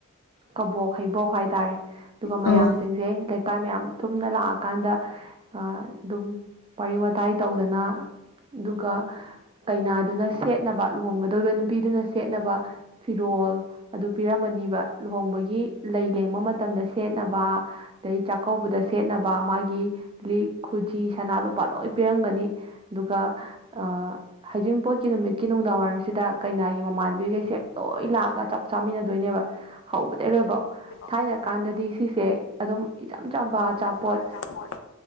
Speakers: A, on the right (about 25°); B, on the left (about 55°).
A: ꯀꯕꯣꯛ ꯍꯩꯕꯣꯛ ꯍꯥꯏꯇꯥꯔꯦ ꯑꯗꯨꯒ ꯃꯌꯥꯝ
B: ꯑꯥ
A: ꯁꯤꯡꯁꯦ ꯂꯩꯀꯥꯏ ꯃꯌꯥꯝ ꯊꯨꯝꯅ ꯂꯥꯛꯑꯀꯥꯟꯗ ꯑꯗꯨꯝ ꯋꯥꯔꯤ ꯋꯥꯇꯥꯏ ꯇꯧꯗꯅ ꯑꯗꯨꯒ ꯀꯩꯅꯥꯗꯨꯅ ꯁꯦꯠꯅꯕ ꯂꯨꯍꯣꯡꯒꯗꯧꯔꯤꯕ ꯅꯨꯄꯤꯗꯨꯅ ꯁꯦꯠꯅꯕ ꯐꯤꯔꯣꯜ ꯑꯗꯨ ꯄꯤꯔꯝꯃꯅꯤꯕ ꯂꯨꯍꯣꯡꯕꯒꯤ ꯂꯩ ꯂꯦꯡꯕ ꯃꯇꯝꯗ ꯁꯦꯠꯅꯕ ꯑꯗꯩ ꯆꯥꯛꯀꯧꯕꯗ ꯁꯦꯠꯅꯕ ꯃꯥꯒꯤ ꯂꯤꯛ ꯈꯨꯖꯤ ꯁꯅꯥ ꯂꯨꯄꯥ ꯂꯣꯏ ꯄꯤꯔꯝꯒꯅꯤ ꯑꯗꯨꯒ ꯑ ꯍꯩꯖꯤꯡꯄꯣꯠꯀꯤ ꯅꯨꯃꯤꯠꯀꯤ ꯅꯨꯡꯗꯥꯡꯋꯥꯏꯔꯝꯁꯤꯗ ꯀꯩꯅꯥꯒꯤ ꯃꯃꯥꯟꯅꯕꯤꯒꯩꯁꯦ ꯂꯣꯏ ꯂꯥꯛꯑꯒ ꯑꯆꯥꯄꯣꯠ ꯆꯥꯃꯤꯟꯅꯗꯣꯏꯅꯦꯕ ꯍꯧꯕꯗꯒꯤ ꯂꯣꯏꯕꯧ ꯊꯥꯏꯅ
B: ꯀꯧꯕꯗꯩ
A: ꯀꯥꯟꯗꯗꯤ ꯁꯤꯁꯦ ꯑꯗꯨꯝ ꯏꯆꯝ ꯆꯝꯕ ꯑꯆꯥꯄꯣꯠ
B: <unintelligible> ꯑꯆꯥꯄꯣꯠ